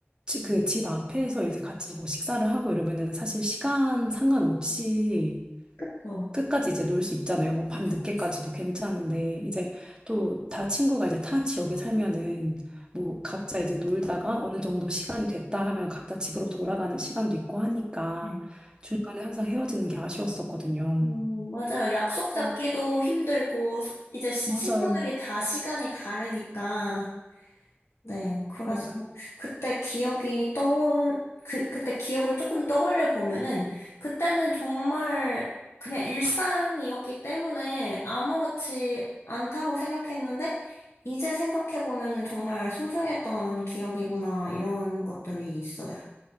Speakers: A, on the right; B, on the left.
A: 그 집 앞에서 이제 같이 뭐 식사를 하고 이러면은 사실 시간 상관없이
B: 그래서
A: 끝까지 이제 놀 수 있잖아요. 뭐 밤
B: 하여튼
A: 늦게까지도
B: 그쵸.
A: 괜찮은데 이제 또 다 친구가 이제 타 지역에 살면은 뭐 각자 이제 놀다가 어느 정도 시간이 됐다 하면 각자 집으로 돌아가는 시간도 있고 하니까
B: 음,
A: 중간에 항상 헤어지는 게 아쉬웠었거든요.
B: 음, 맞아요. 약속 잡기도
A: 네,
B: 힘들고 이제 시-
A: 맞아요.
B: 친구들이 다 시간이 다르니까 네, 그래서
A: 맞아요.
B: 그때 기억이 떠올, 그, 그때 기억을 조금 떠올려 보면은, 그때는 정말 그냥 일상이었기 때문에 아무렇지 않다고 생각했는데, 이제 생각해 보면은 정말 소중했던 기억이구나, 이런 것들이 있어요.